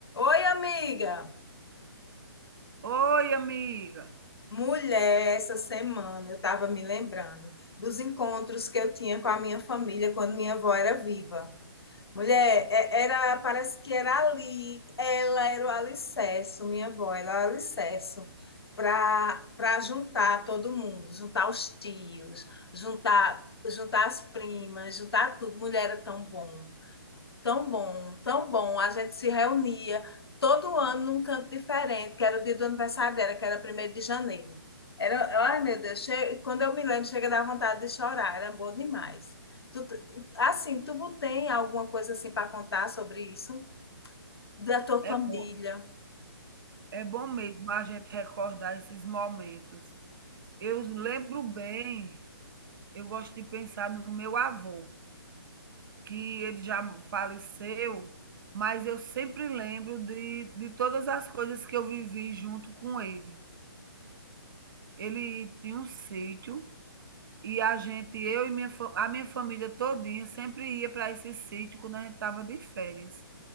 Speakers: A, on the left; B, on the right.
A: Oi, amiga.
B: Oi, amiga.
A: Mulher, essa semana eu estava me lembrando dos encontros que eu tinha com a minha família quando minha avó era viva. Mulher, é- era, parece que era ali, ela era o alicerce, minha avó era o alicerce para para juntar todo mundo, juntar os tios, juntar juntar as primas, juntar tudo. Mulher era tão bom. Tão bom, tão bom. A gente se reunia todo ano num canto diferente, que era o dia do aniversário dela, que era primeiro de janeiro. Era, ai meu Deus, che- quando eu me lembro, chega a dar vontade de chorar, era bom demais. Tu, t- assim, tu tem alguma coisa assim para contar sobre isso? Da tua
B: É
A: família?
B: bom, é bom mesmo a gente recordar esses momentos. Eu lembro bem, eu gosto de pensar no meu avô, que ele já faleceu, mas eu sempre lembro de, de todas as coisas que eu vivi junto com ele. Ele tinha um sítio e a gente, eu e minha, fa- a minha família todinha, sempre ia para esse sítio quando a gente estava de férias.